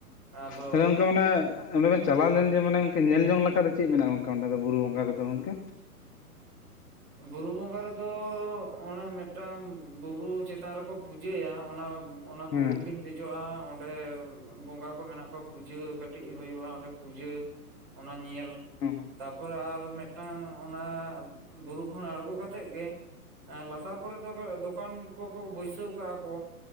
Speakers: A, on the right; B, on the left.
A: ᱟᱫᱚ
B: ᱛᱷᱟᱞᱮ ᱜᱚᱝᱠᱮ ᱢᱟᱱᱮ ᱚᱸᱰᱮ ᱵᱮᱱ ᱪᱟᱞᱟᱣ ᱞᱮᱱ ᱡᱮ ᱢᱟᱱᱮ ᱚᱱᱠᱟ ᱧᱮᱞ ᱡᱚᱝ ᱞᱮᱠᱟ ᱞᱮᱠᱟ ᱫᱚ ᱪᱮᱫ ᱢᱮᱱᱟᱜᱼᱟ ᱜᱚᱝᱠᱮ ᱚᱸᱰᱮ ᱫᱚ ᱵᱩᱨᱩ ᱵᱚᱸᱜᱟ ᱨᱮᱫᱚ ᱜᱚᱝᱠᱮ
A: ᱵᱩᱨᱩ ᱵᱚᱸᱜᱟ ᱨᱮᱫᱚ ᱚᱱᱮ ᱢᱤᱫᱴᱟᱝ ᱵᱩᱨᱩ ᱪᱮᱛᱟᱱ ᱨᱮᱠᱚ ᱯᱩᱡᱟᱹᱭᱟ ᱚᱱᱟ
B: ᱦᱮᱸ
A: ᱵᱩᱨᱩ ᱵᱤᱱ ᱫᱮᱡᱚᱜᱼᱟ ᱚᱸᱰᱮ ᱵᱚᱸᱜᱟ ᱠᱚ ᱢᱮᱱᱟᱜ ᱠᱚᱣᱟ, ᱯᱩᱡᱟᱹ ᱠᱟᱹᱴᱤᱡ ᱦᱩᱭᱩᱜᱼᱟ ᱚᱸᱰᱮ ᱯᱩᱡᱟᱹ᱾ ᱚᱱᱟ ᱧᱮᱞ
B: ᱦᱩᱸ
A: ᱛᱟᱯᱚᱨᱮ ᱟᱨ ᱢᱤᱫᱴᱟᱝ ᱚᱱᱟ ᱵᱩᱨᱩ ᱠᱷᱚᱱ ᱟᱬᱜᱚ ᱠᱟᱛᱮᱫ ᱜᱮ, ᱦᱮᱸ ᱞᱟᱛᱟᱨ ᱠᱚᱨᱮ ᱫᱚ ᱫᱚᱠᱟᱱ ᱠᱚᱠᱚ ᱵᱟᱹᱭᱥᱟᱹᱣ ᱠᱟᱜᱼᱟ ᱠᱚ᱾